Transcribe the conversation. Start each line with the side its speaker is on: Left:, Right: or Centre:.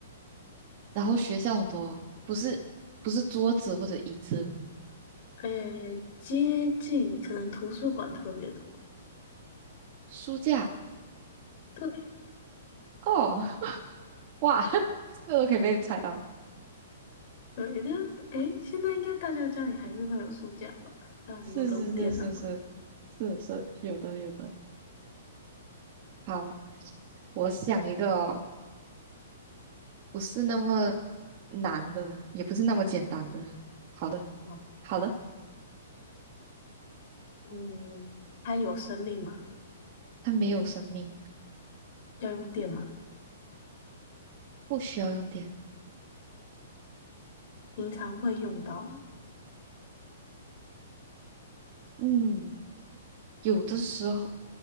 Right: 然后学校很多，不是不是桌子或者椅子，
Left: 诶，接近可能图书馆特别多。
Right: 书架。
Left: 对
Right: 哦，哇，<laughs> 这个都可以被猜到，
Left: 对，但诶，现在应该大家家里还是会有书架吧？还有很多都用电脑，
Right: 是是是是是是是，有的有的。好，我想一个哦不是那么难的，也不是那么简单的。好的。
Left: 哦
Right: 好了，
Left: 嗯，它有生命吗？
Right: 它没有生命，
Left: 要用电吗？
Right: 不需要用电。
Left: 平常会用到的
Right: 嗯，有的时候